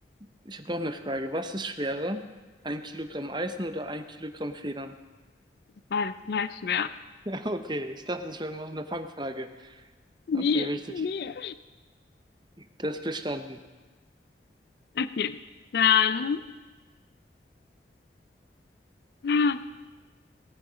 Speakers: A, on the right; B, on the left.
A: Ich habe noch eine Frage. Was ist schwerer? Ein Kilogramm Eisen oder ein Kilogramm Federn? <laughs>
B: Beides gleich schwer.
A: Okay, ich dachte, das wäre mal so eine Fangfrage.
B: Nee,
A: Okay, richtig.
B: nee.
A: Das ist bestanden.
B: Okay, dann ah,